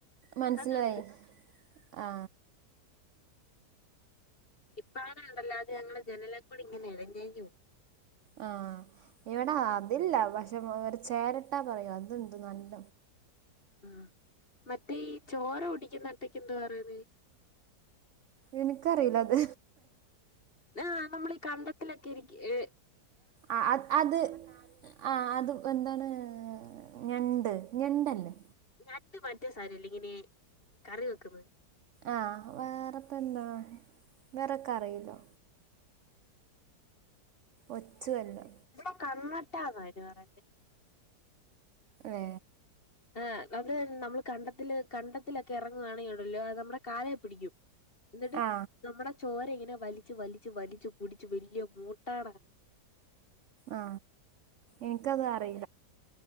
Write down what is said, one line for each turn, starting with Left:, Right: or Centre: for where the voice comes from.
Right: മനസ്സിലായി
Left: അതുണ്ട്
Right: ആ
Left: ഇപ്പആണെ ഉണ്ടല്ലോ അത് ഞങ്ങ ജനലെക്കൂടെ ഇങ്ങനെ ഇഴഞ്ഞെഴഞ്ഞു പോവും
Right: ആ ഇവിടാ അതില്ല പക്ഷെ അവ ചേരട്ടാ പറയൂ അതുണ്ട് നല്ല
Left: ആ മറ്റേ ചോര കുടിക്കുന്നട്ടക്ക് എന്താ പറയുന്നെ
Right: എനിക്കറിയില്ല അത്
Left: ആ, നമ്മൾ ഈ കണ്ടത്തിലൊക്കെ ഇരിക്ക ഏ
Right: ആ അ അത് ആ അത് എന്താണ് ഞണ്ട്, ഞണ്ടല്ലേ
Left: ഞണ്ട് മറ്റേ സാധനല്ലേ ഇങ്ങനെ കറി വെക്കുന്നത്.
Right: ആ, വേറെ പ് എന്താ വേറൊക്കെ അറിയില്ലോ ഒച്ചുവല്ലോ
Left: ഇവിടെ കണ്ണട്ടാന്ന അതിന് പറ
Right: ഏ
Left: ആ, അവര് നമ്മൾ കണ്ട കണ്ടത്തിലൊക്കെ ഇറങ്ങ് ആണെ ഉണ്ടല്ലോ അത് നമ്മുടെ കാലേ പിടിക്കും എന്നിട്ട്
Right: ആ
Left: നമ്മുടെ ചോര ഇങ്ങനെ വലിച്ചു വലിച്ചു വലിച്ചു കുടിച്ചു വലിയ മൂട്ടേ
Right: ആ എനിക്കത് അറി